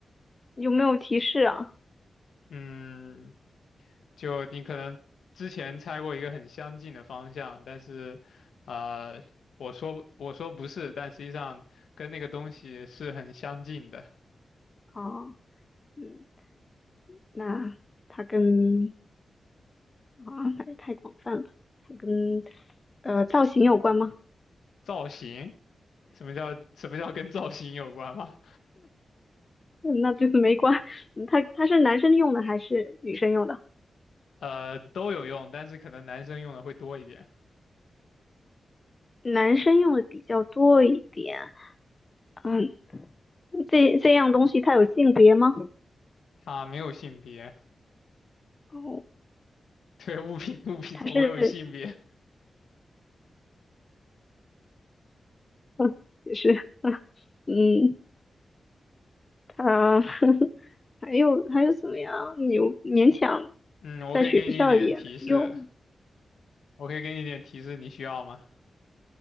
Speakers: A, on the left (about 30°); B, on the left (about 90°).
A: 有没有提示啊？
B: 嗯，就你可能之前猜过一个很相近的方向，但是，呃，我说我说不是，但实际上跟那个东西是很相近的。
A: 哦，嗯，那它跟啊，那也太广泛了吧。它跟呃造型有关吗？
B: 造型，什么叫什么叫跟造型有关吗？
A: 嗯那就是没关。嗯它它是男生用的还是女生用的？
B: 呃，都有用，但是可能男生用的会多一点。
A: 男生用的比较多一点。嗯，这这样东西它有性别吗？
B: 啊，没有性别，
A: 哦，
B: 对，物品物品怎么会有性别？
A: 它是，嗯，也是，嗯，嗯它 <laughs> 还有还有什么呀？牛勉强
B: 嗯，
A: 在学校也能用。
B: 我可以给你一点提示，我可以给你一点提示，你需要吗？